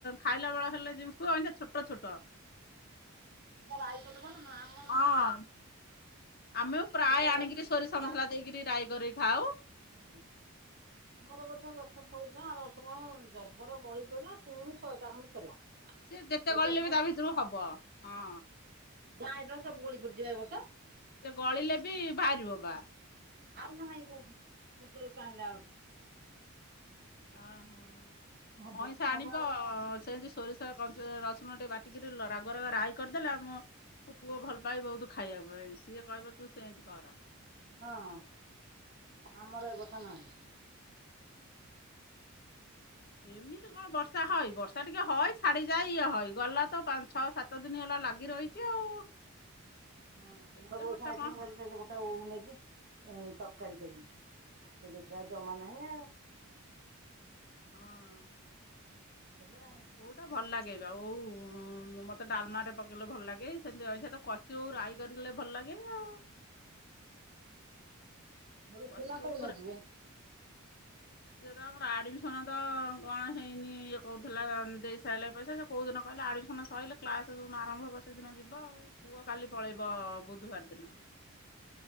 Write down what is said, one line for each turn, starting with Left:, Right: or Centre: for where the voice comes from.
Left: ଖାଇଲା ବେଳ ହେଲେ ସେଇଠୁ ଛୋଟ ଛୋଟ।
Right: ହଁ, ରାଇକଲେ ଭଲ ନା ଆମର
Left: ହଁ ଆମେ ପ୍ରାୟ
Right: ଗୋଟାଏ
Left: ଆଣିକିରି
Right: ଗଛ
Left: ସୋରିଷ
Right: ଫଳୁଥିଲା
Left: ମସଲା ଦେଇକିରି ରାଇ କରିକିରି ଖାଉ।
Right: ହୁଁ। ତମର ବୋଧେ ଗଛ ଫଳୁଥିଲା ଆର ବର୍ଷତ ଜବର ଗଳି ପଇଲା ପୁଣି ଶହେ ଟା ଖଣ୍ଡେ ଥିଲା।
Left: ସେ ଯେତେ
Right: ଏ
Left: ଗଳିଲେବି
Right: ବର୍ଷ
Left: ତା ଭିତରୁ ହବ, ହଁ।
Right: ନାଇଲୋ ସବୁ ଗଳି ପଡ଼ିଚି ଏ ବର୍ଷ।
Left: ସେ ଗଳିଲେ ବି ବାହାରିବ ବା।
Right: ଆଉ ନାହିଁ କୋଉଠି ଯେତେବେଳେ ଚାହିଁଲା ଆଳୁକୁ।
Left: ଅହ
Right: ହବ
Left: ଅଇଁସ
Right: କି
Left: ଆଣିବ
Right: ହବ ଆଉ
Left: ସେଇ ତି ସୋରିଷ ଦେଇ ସେୟା କରୁଚୁ ରସୁଣ ଟିକେ ବାଟିକିରି ଲ ରାଗୁଆ ରାଗୁଆ ରାଇ କରିଦେଲେ ଆମ ମୋ ପୁଅ ଭଲ ପାଏ ବହୁତୁ ଖାଇବା ପାଇଁ ସିଏ କହିବ ତୁ ସେମିତି କର।
Right: ହଁ, ଆମର ଏ ବର୍ଷ ନାଇଁ।
Left: ଏମିତି କଣ ବର୍ଷା ହଏ ବର୍ଷା ଟିକେ ହଏ ଛାଡିଯାଏ ଇଏ ହଏ ଗଲା ତ ପା ଛଅ ସାତ ଦିନି ହେଲା ଲାଗି ରହିଚି ଆଉ।
Right: ହଁ, ନୂଆ
Left: ଏତେ
Right: ବୋହୁ
Left: ବର୍ଷା
Right: ଏଇଖୁଣା
Left: କଣ ହଁ
Right: ଆଇଥିବ <unintelligible> ତା ଓଉ ନେଇଛି ଇଁ ତରକାରୀ କରିବି ସେ ଦେଖିଲା ଆ ଜମା ନାଇ ଆଉ
Left: ହଁ।
Right: ହେଲା।
Left: ଓଉଟା ଭଲ ଲାଗେ ବା ଆଉ ମତେ ଡାଲମା ରେ ପକେଇଲେ ଭଲ ଲାଗେ ସେମିତି ଅଇଂସା ତ ସେଇ ଯୋଉ ରାଇ କରିଲେ ଭଲ ଲାଗେ ଆଉ
Right: ଋଷି
Left: କଷି
Right: ମା କୋଉ
Left: ଓଉ
Right: ଦିନ ଯିବେ?
Left: ଯେ ତାଙ୍କର ଆଡମିସନ ତ କଣ ହେଇନି ଇଏ କହୁଥିଲା ଦେଇ ସାରିଲା ପଇସା କୋଉଦିନ କହିଲ ଆଡ଼ମିସନ୍ ସରିଲେ କ୍ଲାସ ଯୋଉ ଦିନ ଆରମ୍ଭ ହେବ ସେଦିନ ଯିବ ଆଉ। ପୁଅ କାଲି ପଳେଇବ ବୁଧବାର ଦିନ।